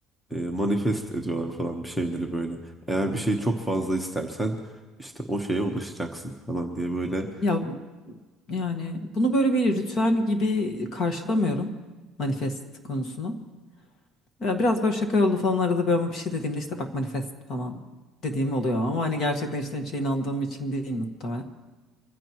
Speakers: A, in the centre; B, on the left.
A: e, manifest ediyorlar falan bir şeyleri böyle. Eğer bir şeyi çok fazla istersen işte o şeye ulaşacaksın falan diye böyle.
B: Ya yani bunu böyle bir ritüel gibi karşılamıyorum manifest konusunu. Ya biraz böyle şaka yollu falan arada bir ama bir şey dediğimde işte bak manifest falan dediğim oluyor ama hani gerçekten işte şeyin inandığım için değil muhtemelen.